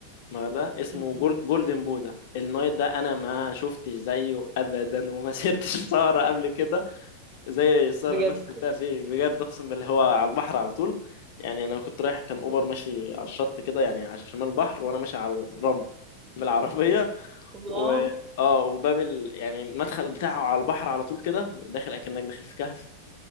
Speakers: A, on the left; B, on the right.
A: من الغردقه اسمه
B: امم
A: جول... جولدن بودا النايت ده انا ما شفتش زيه ابدا وما سيرتش <laughs> في سهره قبل كده زي سعر
B: بجد
A: نفس بتاع فيه بجد اقسم بالله هو على البحر على طول يعني انا كنت رايح كان اوبر ماشي على الشط كده يعني على شمال البحر وانا ماشي على الرمل بالعربيه
B: الله
A: و اه وباب ال... يعني المدخل بتاعه على البحر على طول كده داخل اكنك داخل في كهف